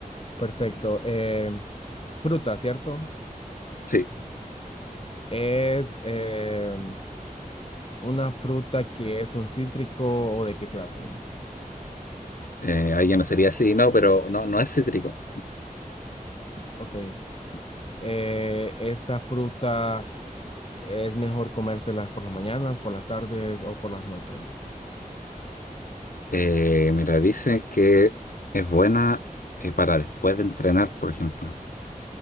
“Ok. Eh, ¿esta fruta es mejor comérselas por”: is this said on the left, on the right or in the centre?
Left